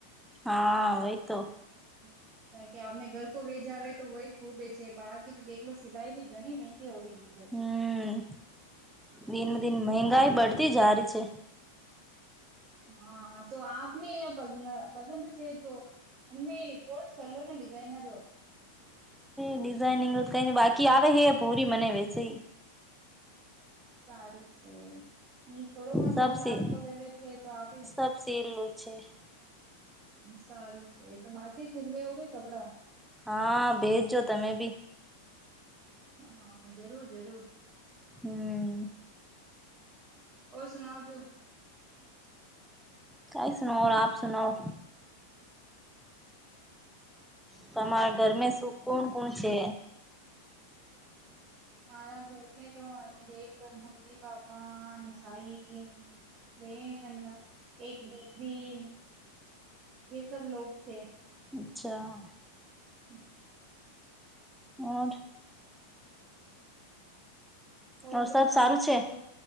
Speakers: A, in the centre; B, on the right.
A: હા વહી તો.
B: હમ્મ. કાર કે આપમને ઘર કો વેજ આવે તો હોય ખુબ છે બાકી તો દેલો સિલાઈ ભી ઘણી મેંગી હોવી. ગઈ છે.
A: હમ્મ, દિનમ દિન મંગાઈ બડતી જારી છે.
B: હા તો આપને પ પસંદ છે તો અને મે કોર્સ કરલો ને ડિઝાઇનરો.
A: ડિઝઇનિંગ કઈ બાકી આવે હે પૂરી મને વેસે.
B: સારું છે થોડો ઘણો
A: સબ
B: કમ લાગતો
A: સી
B: હવે છે તો આપી
A: સબ સીલું છે.
B: સારું છે તો માકી સીલવેવું કે કપડા?
A: હા ભેજજો તમે બી
B: હા જરૂર જરૂર.
A: હમ્મ.
B: ઓર સુનાવ જો.
A: કઈ સુના આપ સુનાઓ.
B: હ
A: તમારા ઘરમે શું કોણ કોણ છે?
B: મારા ઘર મે તો અનેલો, મમ્મી, પાપા, ભાઈ બેન, એક દીકરી એ સબ લોગ છે.
A: અચ્છા.
B: હમ
A: ઓર?
B: હો
A: ઓર
B: તો
A: સબ
B: કઈ
A: સારું છે
B: ની હો.